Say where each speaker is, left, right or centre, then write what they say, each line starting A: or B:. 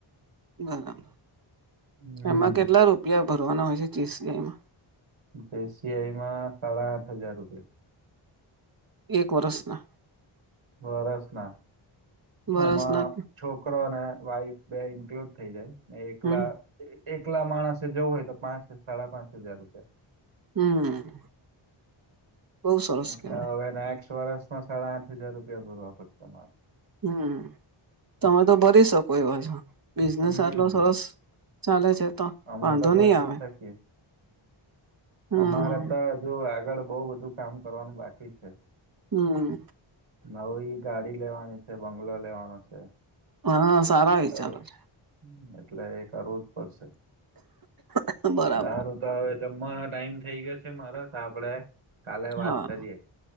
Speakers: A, on the right; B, on the right.
A: બરાબર
B: હમ્મ
A: એમા કેટલા રૂપિયા ભરવાના હોય છે, ચી સઈમા
B: દેશિયાઈમાં સાડા આઠ હજાર રૂપિયા
A: એક વરસ ના
B: વરસના.
A: વરસના
B: એમાં છોકરો ને વાઈફ બે ઇન્ક્લુડ થઈ જાય, ને એકલા
A: હમ
B: એકલા માણસે જવું હોય, તો પાંચ સાડા પાંચ હજાર રૂપિયા.
A: હમ. બહુ સરસ
B: એટલે
A: કેવાય
B: હવે નેક્સ્ટ વરસમાં સાડા આઠ હજાર રૂપિયા ભરવા પડશે તમારે.
A: હમ, તમે તો ભરી શકો એવા છો. બિઝનેસ
B: હમ
A: આટલો સરસ ચાલે છે તો
B: અમે
A: વાંધો
B: તો ભરી
A: નહી આવે
B: શકીએ.
A: હમ
B: અમારે તો હજુ આ આગળ બઉ બધું કામ કરવાનું બાકી છે.
A: હમ
B: નવી ગાડી લેવાની છે, બંગલો લેવાનો છે.
A: હા, સારા
B: સારું
A: વિચારો છે.
B: એટલે એ કરવું જ પડશે.
A: છે બરાબર
B: સારું તો હવે જમવાનો ટાઈમ થઇ ગયો છે મારે, તો આપડે કાલે વાત
A: હા
B: કરીએ.